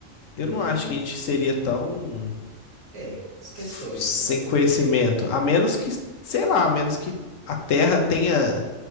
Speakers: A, on the left; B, on the right.
A: Eu
B: Mas,
A: não acho que a gente seria tão
B: é, as questões,
A: s- sem
B: né? Questões.
A: conhecimento, a menos que, sei lá, a menos que a Terra tenha.